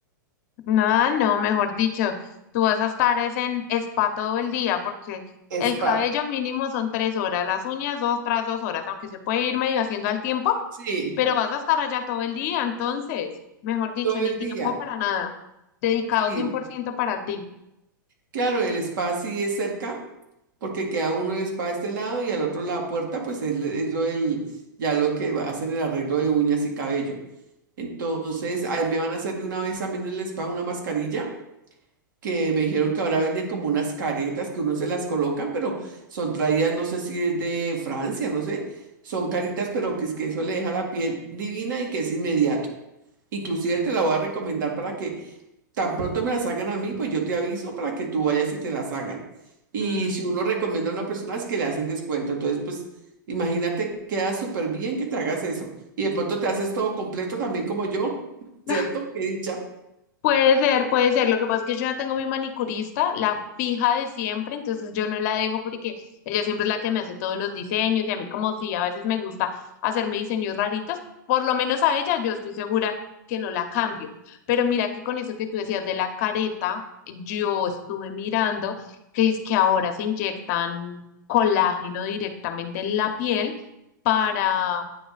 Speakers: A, on the left; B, on the right.
A: No, no, mejor dicho, tú vas a estar es en spa todo el día porque el
B: Spa.
A: cabello mínimo son tres horas, las uñas dos tras dos horas, aunque se puede ir medio haciendo al tiempo,
B: Sí,
A: pero vas a estar allá todo el día, entonces, mejor dicho,
B: todo
A: ni
B: el
A: tiempo
B: día.
A: para nada, dedicado
B: Sí.
A: cien por ciento para ti.
B: Claro, el spa sí es cerca, porque queda uno el spa de este lado y al otro la puerta, pues es, es lo del, ya lo que va- hacen el arreglo de uñas y cabello. Entonces, ahí me van a hacer de una vez también en el spa una mascarilla, que me dijeron que ahora venden como unas caretas que uno se las colocan, pero son traídas, no sé si es de Francia, no sé. Son caritas, pero que es que eso le deja la piel divina y que es inmediato. Inclusive te la voy a recomendar para que Tan pronto me la hagan a mí, pues yo te aviso para que tú vayas y te las hagan. Y
A: Mm.
B: si uno recomienda a una persona es que le hacen descuento. Entonces, pues imagínate, queda súper bien que te hagas eso. Y de pronto te haces todo completo también como yo, <laughs> ¿cierto?
A: Ah,
B: Qué dicha.
A: Puede ser, puede ser. Lo que pasa es que yo ya tengo mi manicurista, la fija de siempre, entonces yo no la dejo porque ella siempre es la que me hace todos los diseños y a mí como si a veces me gusta hacerme diseños raritos, por lo menos a ella yo estoy segura que no la cambio. Pero mira que con eso que tú decías de la careta, yo estuve mirando que es que ahora se inyectan colágeno directamente en la piel para